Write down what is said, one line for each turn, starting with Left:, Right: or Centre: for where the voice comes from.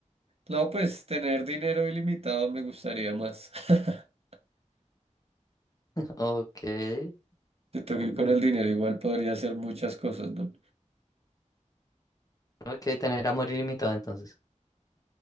Right: no, pues tener dinero ilimitado me gustaría más. <laughs>
Left: ok,
Right: Siento que con el dinero igual podría hacer muchas cosas, ¿no?
Left: ok, tener amor ilimitado entonces.